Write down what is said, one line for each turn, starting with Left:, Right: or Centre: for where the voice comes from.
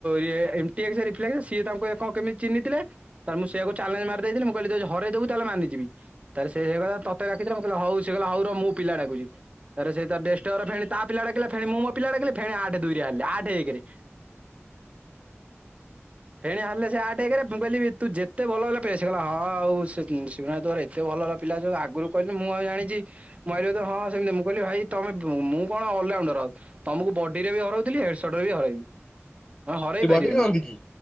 Right: ଇଏ ଏ ମ୍ ଟିଆଇ ସିଏ ଏ ରିପ୍ଲାଇ ଦେ ସିଏ ତାଙ୍କୁ କଣ କେମିତି ଚିହନିଥିଲେ। ତା ମୁଁ ସେୟକୁ ଚାଲେ୍ଜ ମାରି ଦେଇଥିଲି ମୁଁ କହିଲି ଯଦି ହରେଇଦଵୁ ତାହେଲେ ମାନିିଯିବି। ତାରେ ସେହେଇଗଲା ତତେ ଡାକିଥିଲା ମୁଁ କହିଲି ହଉ ସେ କହିଲା ହଉ ରହ ମୁଁ ପିଲା ଡାକୁଛି। ତାରେ ସେଇ ତ ଡେଷ୍ଟର ଫେଣି ତା ପିଲା ଡାକିଲା ଫେଣି ମୁଁ ମୋ ପିଲା ଡାକିଲାି ଫେଣି ଆଠ ଦୁଇରେ ହାରିଲେ ଆଠେ ଏକେରେ।
Left: ହୁଁ ହୁଁ
Right: ଫେଣି ହାଲେ ସେ ଆଠେ ଏକରେ ମୁଁ କହିଲି ତୁ ଯେତେ ଏତେ ଭଲ ହେଲା ପେସେ ସେ କହିଲା ଆଉ ସେ ସୀମାୟତ ମାନେ ଏତେ ଭଲ ପିଲା ଅଛନ୍ତି ଆଗରୁ କହିଲୁନି ମୁଁ ଆଉ ଜାଣିଛି। ମୁଁ ଆଇଲେ ତ ହଁ ସେମିତି ମୁଁ କହିଲି ଭାଇ ତମେ ମୁଁ କଣ ଅଲଆଉଣ୍ଡର ଆଉ। ତମକୁ ବଡି ରେ ବି ହରଉଥିଲି ହେଡସଡ ରେ ବି ହରେଇବି ହଁ ହରେଇ
Left: ସେ ବଡି
Right: ପାରିବେନି।
Left: ଖେଳନ୍ତି କି